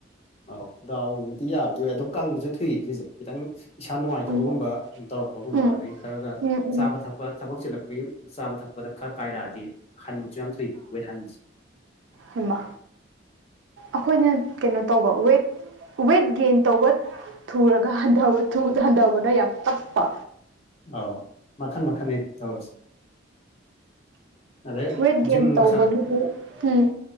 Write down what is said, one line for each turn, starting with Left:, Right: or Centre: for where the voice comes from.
Left: ꯑ ꯗꯥꯎꯕꯨꯗꯤ ꯌꯥꯕꯗꯤ ꯑꯣꯏ ꯑꯗꯣ ꯀꯪꯕꯁꯨ ꯊꯨꯏꯌꯦ ꯁꯤꯁꯦ ꯈꯤꯇꯪ ꯏꯁꯥ ꯅꯨꯡꯉꯥꯏꯇꯕꯒꯨꯝꯕ
Right: ꯎꯝ
Left: ꯇꯧꯔꯛꯄꯒꯨꯝꯕ
Right: ꯎꯝ
Left: ꯑꯗꯗꯒꯤ ꯈꯔꯒ
Right: ꯎꯝ ꯎꯝ
Left: ꯆꯥꯕ ꯊꯛꯄ ꯊꯕꯛ ꯆꯤꯜꯂꯛꯄꯒꯤꯨꯝ ꯆꯥꯕ ꯊꯛꯄꯗ ꯈꯔ ꯀꯥꯏꯔꯛꯑꯗꯤ ꯍꯟꯕꯁꯨ ꯌꯥꯝ ꯐꯩ ꯋꯦꯠ ꯍꯟꯕꯁꯦ
Right: ꯍꯃ ꯑꯩꯈꯣꯏꯅ ꯀꯩꯅꯣ ꯇꯧꯕ ꯋꯦꯠ ꯋꯦꯠ ꯒꯦꯟ ꯇꯧꯕ ꯊꯨꯔꯒ ꯍꯟ ꯊꯗ ꯍꯟꯊꯕꯅ ꯌꯥꯝ ꯇꯞꯄ
Left: ꯑꯧ ꯃꯈꯟ ꯃꯈꯜ ꯇꯧꯔꯁꯤꯦ ꯑꯗ
Right: ꯋꯦꯠ ꯒꯦꯟ
Left: ꯝꯒꯁꯥꯟ
Right: ꯇꯧꯕꯒꯤꯗꯤ ꯎꯝ